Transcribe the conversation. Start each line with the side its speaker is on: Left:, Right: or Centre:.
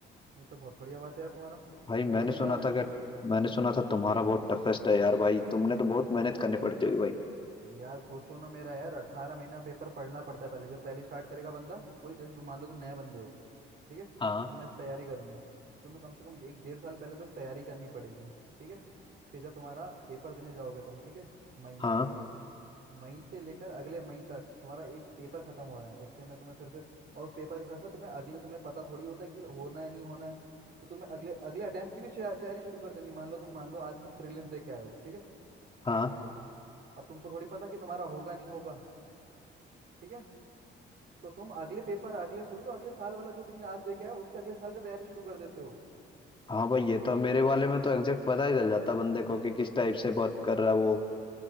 Right: ये तो बहुत बढ़िया बात है यार तुम्हारा
Left: भाई
Right: ये
Left: मैंने
Right: होने
Left: सुना
Right: वाला
Left: था
Right: है
Left: कि मैंने सुना था तुम्हारा बहुत टफेस्ट है यार भाई तुमने तो बहुत मेहनत करनी
Right: यार
Left: पड़ती होगी भाई
Right: यार सोचो ना मेरा यार अठारह महीना पेपर पढ़ना पड़ता है पहले जब पहले स्टार्ट करेगा बंदा कोई जैसे तुम मान लो तुम नए बंदे हो ठीक है
Left: हाँ
Right: तुम्हें तैयारी करनी है तो तुम्हें कम से कम एक डेढ़ साल पहले तो तैयारी करनी पड़ेगी ठीक है फिर जब तुम्हारा पेपर देने जाओगे तुम ठीक है मई में
Left: हाँ
Right: मई से लेकर अगले मई तक तुम्हारा एक पेपर खत्म हो रहा है उतने में तुम्हें फिर से और उस पेपर के साथ साथ तुम्हें अगले तुम्हें पता थोड़ी होता है कि होना है नहीं होना है तो तुम्हें अगले अगले अटेम्प्ट की भी शायद तैयारी शुरू कर देनी मान लो तुम मान लो आज तुम प्रीलिम्स दे के आए हो ठीक है
Left: हाँ
Right: अब तुमको थोड़ी पता कि तुम्हारा होगा नहीं होगा ठीक है तो तुम अगले पेपर अगले सोच रहे हो अगले साल वाला जो तुमने आज देखा है उसके अगले साल का तैयारी शुरू कर देते हो
Left: हाँ भाई ये तो मेरे वाले में तो एग्जैक्ट पता ही चल जाता बंदे को कि किस टाइप से बात कर रहा है वो